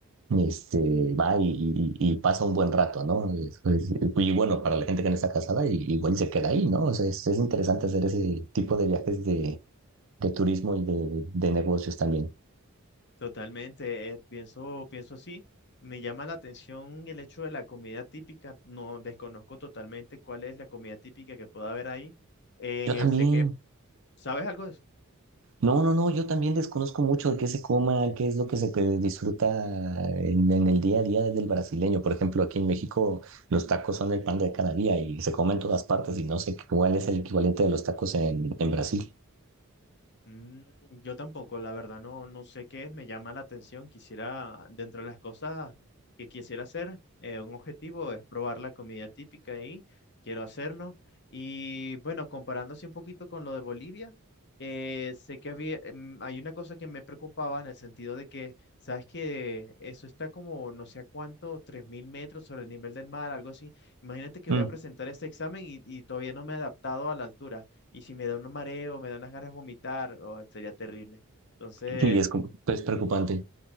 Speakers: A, on the right; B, on the left.
A: este, va y, y- y pasa un buen rato, ¿no? Es- es- y bueno, para la gente que no está casada, i- igual se queda ahí, ¿no? O sea, es, es interesante hacer ese tipo de viajes de, de turismo y de, de negocios también.
B: Totalmente, eh, pienso, pienso así. Me llama la atención el hecho de la comida típica. No desconozco totalmente cuál es la comida típica que pueda haber ahí. Eh,
A: Yo también.
B: sé que, ¿sabes algo de eso?
A: No, no, no, yo también desconozco mucho de qué se coma, qué es lo que se eh, disfruta en, en el día a día del brasileño. Por ejemplo, aquí en México los tacos son el pan de cada día y se comen en todas partes y no sé cuál es el equivalente de los tacos en, en Brasil.
B: Mm, yo tampoco, la verdad, no, no sé qué es, me llama la atención. Quisiera, dentro de las cosas que quisiera hacer, eh, un objetivo es probar la comida típica y quiero hacerlo. Y bueno, comparando así un poquito con lo de Bolivia, eh, sé que había, em, hay una cosa que me preocupaba en el sentido de que, sabes que eso está como no sé a cuánto, 3.000 metros sobre el nivel del mar, algo así. Imagínate que
A: Mm.
B: voy a presentar este examen y, y todavía no me he adaptado a la altura. Y si me da un mareo, me da unas ganas de vomitar, oh, sería terrible. Entonces,
A: Y es, como- es preocupante.